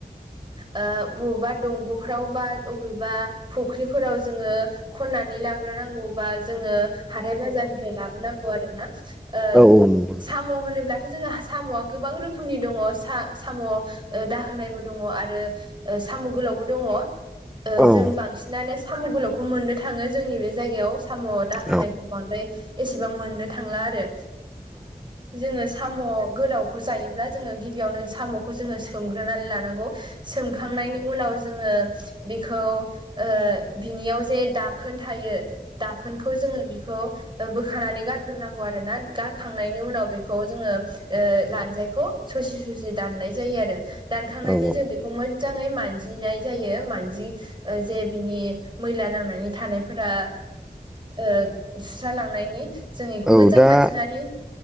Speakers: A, on the right; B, in the centre.
A: ओ बबेबा दंग'फ्राव बा अबेबा फुख्रिफोराव जोङो खननानै लाग्रोनांगौ बा जोङो हाथाय बाजारनिफ्राय लाबोनांगौ आरो ना ओ सा
B: औ नंगौ नोंथां
A: साम' होनोब्लाथ' जोंहा साम'आ गोबां रोखोमनि दङ सा-साम' ओ दाहोनायबो दङ आरो ओ साम' गोलावबो दङ। ओ जों
B: औ
A: बांसिनानो साम' गोलावखौ मोननो थाङो जोंनि बे जायगायाव साम' दााहोनायखौ
B: औ
A: बांद्राय एसेबां मोननो थांला आरो। जोङो साम' गोलावखौ जायोब्ला जोङो गिबियावनो साम'खौ जोङो सोमग्रोनानै लानांगौ। सोमखांनायनि उनाव जोङो बेखौ ओ बिनियाव जे दाखोन थायो दाखोनखौ जोङो बेखौ बोखानानै गारग्रोनांगौ आरोना, गारखांनायनि उनाव बेखौ जोङो ओ लानजायखौ ससे ससे दाननाय जायो आरो। दानखांनानै
B: औ
A: जों बेखौ मोजाङै मानजिनाय जायो। मानजि जे बिनि मैला नांनानै थानायफोरा ओ सुस्रा लांनायनि जों बेखौ
B: औ
A: मोजां
B: दा
A: मानजिनानै।